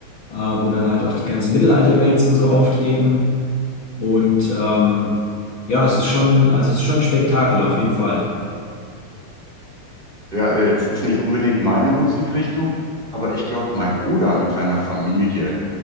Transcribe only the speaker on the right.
ja, äh, jetzt ist nicht unbedingt meine Musikrichtung, aber ich glaube, mein Bruder mit seiner Familie,